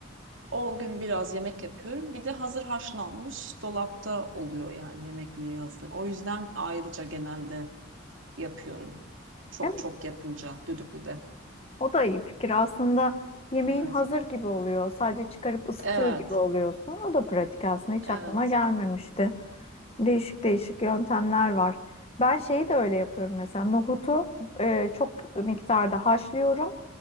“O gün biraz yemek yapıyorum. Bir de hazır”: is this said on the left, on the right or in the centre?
Right